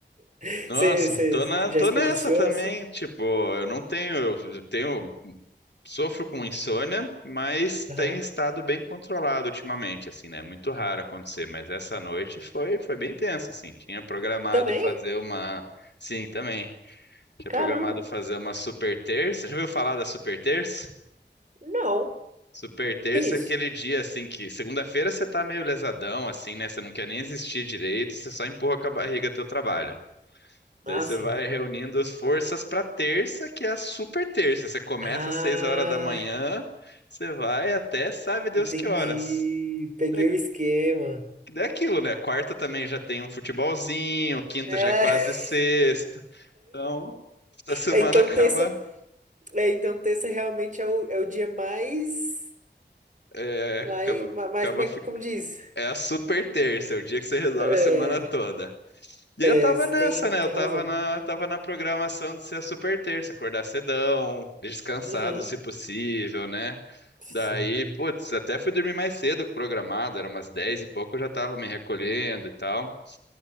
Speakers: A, on the right; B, on the left.
A: <laughs>
B: Nossa,
A: Você você
B: tô na,
A: já
B: tô
A: experienciou
B: nessa também.
A: assim?
B: Tipo, eu não tenho, eu tenho, sofro com insônia, mas
A: Aham.
B: tem estado bem controlado ultimamente, assim, né? É Muito raro acontecer, mas essa noite foi, foi bem tensa, assim. Tinha programado
A: Também?
B: fazer uma, sim, também. Tinha
A: Caramba.
B: programado fazer uma super terça. Já ouviu falar da super terça?
A: Não.
B: Super terça
A: Que isso?
B: é aquele dia assim que segunda-feira você tá meio lesadão, assim, né? Você não quer nem existir direito, você só empurra com a barriga teu trabalho. Daí
A: Ah,
B: você
A: sim.
B: vai reunindo as forças para terça, que é a super terça. Você começa
A: Ah,
B: às seis horas da manhã, você vai até sabe Deus
A: entendi.
B: que horas.
A: Peguei
B: Daí,
A: o esquema.
B: daí é aquilo, né? Quarta também já tem um futebolzinho, quinta
A: É.
B: já é quase
A: <laughs>
B: sexta. Então, essa
A: É,
B: semana
A: Então,
B: acaba,
A: terça, é, então terça realmente é o, é o dia mais,
B: é,
A: mais,
B: acaba,
A: mais,
B: acaba,
A: como é
B: fi-
A: que, como diz?
B: é a super terça, é o dia que você resolve
A: É,
B: a semana toda. E
A: é,
B: eu tava
A: você
B: nessa,
A: tem,
B: né?
A: tem
B: Eu tava
A: razão.
B: na, tava na programação de ser a super terça, acordar cedão, descansado
A: Uhum.
B: se possível, né?
A: Sim,
B: Daí, putz, até fui dormir mais cedo que o programado, era umas 10 e pouco, eu já tava me recolhendo e tal.